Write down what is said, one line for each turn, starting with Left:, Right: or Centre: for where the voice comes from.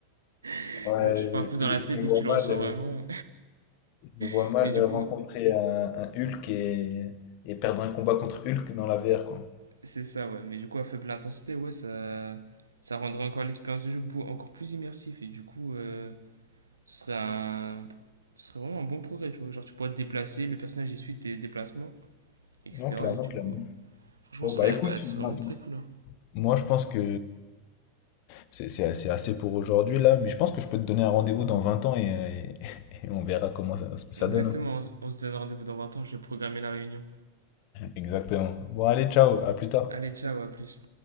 Right: <laughs>
Left: Ouais,
Right: Genre, je sais pas,
Left: je,
Right: un coup dans
Left: je-
Right: la tête
Left: je me
Right: et
Left: vois
Right: que tu le
Left: mal.
Right: ressens vraiment.
Left: Je vois
Right: <laughs>
Left: mal
Right: Mais du coup,
Left: rencontrer un, un Hulk et, et perdre un combat contre Hulk dans la VR, quoi.
Right: c'est ça, ouais. Mais du coup, à faible intensité, ouais, ça. Ça rendrait encore l'expérience de jeu beau- encore plus immersif. Et du coup, euh, ce serait un. Ce serait vraiment un bon progrès, tu vois. Genre, tu pourrais te déplacer, le personnage il suit tes déplacements, etc.
Left: Non, clairement,
Right: Et du
Left: clairement.
Right: coup. Franchement,
Left: Bon,
Right: ce
Left: bah
Right: serait,
Left: écoute,
Right: ah, ce
Left: moi
Right: serait vraiment très cool. hein.
Left: moi, je pense que c'est c'est assez, assez pour aujourd'hui là, mais je pense que je peux te donner un rendez-vous dans 20 ans et, et- <laughs> et on verra comment ça, ce que ça
Right: Exactement,
Left: donne. hein.
Right: on, on se donne rendez-vous dans 20 ans, je vais programmer la réunion.
Left: Exactement. Bon, allez, ciao, à plus tard.
Right: Allez, ciao, à plus.